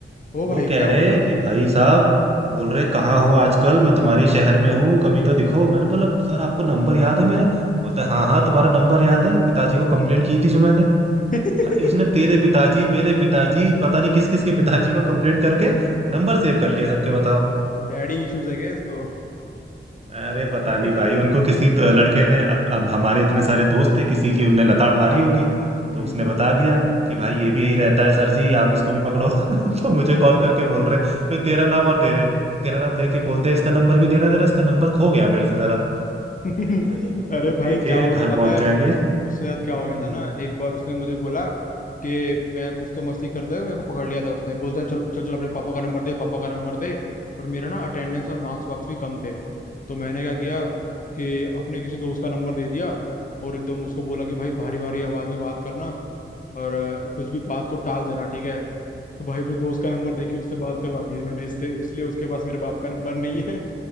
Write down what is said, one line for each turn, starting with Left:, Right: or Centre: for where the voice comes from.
Left: हो
Right: वो
Left: भाई
Right: कह
Left: क्या
Right: रहे
Left: बोल रहा
Right: हैं कि भाई साहब बोल रहे कहाँ हो आजकल मैं तुम्हारे ही शहर में हूँ कभी तो दिखो मैंने बोला सर आपको नंबर याद है मेरा बोलता है हाँ हाँ तुम्हारा नंबर याद है पिताजी को कंप्लेंट की थी जो मैंने
Left: <laughs>
Right: भाई उसने तेरे पिताजी मेरे पिताजी पता नहीं किस किस के पिताजी को कंप्लेंट करके नंबर सेव कर लिए सबके बताओ
Left: डैडी इश्यूज है क्या इसको
Right: अरे पता
Left: <laughs>
Right: नहीं भाई उनको किसी तो लड़के ने अब, अब हमारे इतने सारे दोस्त थे किसी की उनने लताड़ मारी होगी
Left: हम्म,
Right: तो उसने बता दिया कि भाई ये भी यही रहता है सर जी आप इसको भी पकड़ो <laughs> तो मुझे
Left: अरे
Right: कॉल करके
Left: भाई
Right: बोल रहे फिर तेरा नाम और दे रहे तेरा नाम देके बोलते हैं इसका नंबर भी देना जरा इसका नंबर खो गया मेरे से जरा
Left: <laughs>
Right: अरे भाई वो नंबर
Left: अरे भाई
Right: लेके
Left: क्या हुआ
Right: घर
Left: था पता
Right: पहुंच
Left: है
Right: जाएंगे
Left: उसके साथ क्या हो गया
Right: हम्म
Left: था ना एक बार उसने मुझे बोला कि मैं कुछ तो मस्ती करते हुए मेरे को पकड़ लिया था उसने बोलता है चल चल चल अपने पापा का नंबर दे पापा का नंबर दे और मेरा ना अटेंडेंस
Right: हाँ।
Left: और मार्क्स वार्क्स भी कम थे तो मैंने क्या किया कि अपने किसी दोस्त का नंबर दे दिया और एकदम उसको बोला कि भाई भारी भारी आवाज में बात करना और अ, कुछ भी बात को टाल देना ठीक है तो भाई अपने दोस्त का नंबर देके उससे बात करवा दी थी मैंने इससे इसलिए उसके पास मेरे बाप का नंबर नहीं है